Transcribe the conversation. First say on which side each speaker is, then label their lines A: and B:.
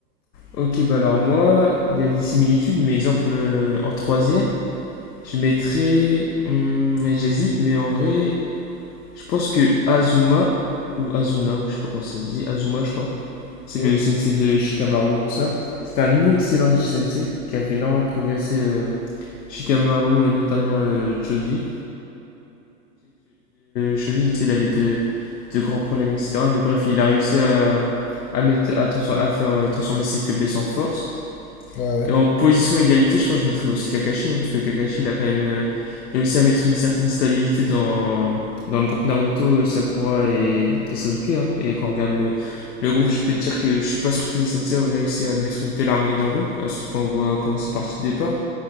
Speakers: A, on the left; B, on the left.
A: Ok, bah alors moi, il y a des similitudes, mais exemple, euh, en troisième, je mettrais... hmm, j'hésite, mais en vrai, Je pense que Azuma, ou Azuna, ou je sais pas comment ça se dit, Azuma, je crois, c'est
B: Hmm,
A: le sensei de Shikamaru, tout ça. C'est un excellent sensei qui a fait énormément progresser euh, Shikamaru et notamment euh, Choji. Choji, il avait de, de grands problèmes, etc. Mais bref, il a réussi à, à, mettre, à, transfor- à faire euh, transformer ses faiblesses en force.
B: Ouais, ouais.
A: Et en position égalité, je pense que je mettrais aussi Kakashi, hein, parce que Kakashi, il a quand même euh, réussi à mettre une certaine stabilité dans, dans le groupe Naruto, euh, Sakura et, et Sasuke. hein. Et quand on regarde le, le groupe, je peux te dire que je suis pas sûr que tous les sensei auraient réussi à mettre une telle harmonie dans le groupe, hein, surtout quand on voit comment c'est parti de départ.